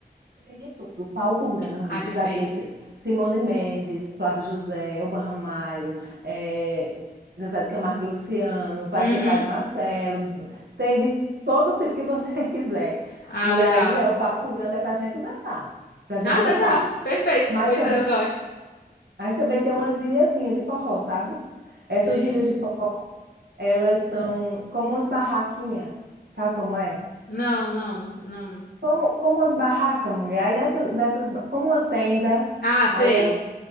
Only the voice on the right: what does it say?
Tem de tudo, palco grande,
vai ter esse- Simone Mendes, Flávio José, Elba Ramalho, eh, Zezé de Camargo e Luciano, vai
ter Padre Marcelo, tem de todo tipo que você <laughs> quiser.
E
aí é o palco grande, é para a gente dançar, para a gente
dançar.
Mas
também.
Mas também tem umas ilhazinhas de forró, sabe?
Essas ilhas de forró, elas são como umas barraquinhas, sabe como é?
Como, como umas barracas, mulher. Aí nessas, nessas, ba- como uma tenda,
aí
é uma-